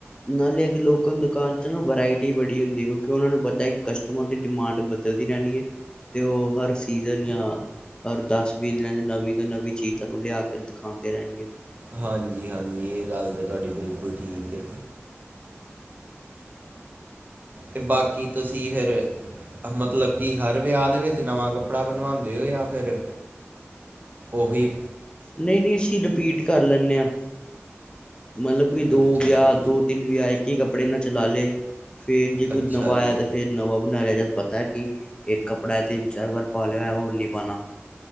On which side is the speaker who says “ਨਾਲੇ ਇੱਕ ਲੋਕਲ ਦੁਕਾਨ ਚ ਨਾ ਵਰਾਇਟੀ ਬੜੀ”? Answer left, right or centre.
Left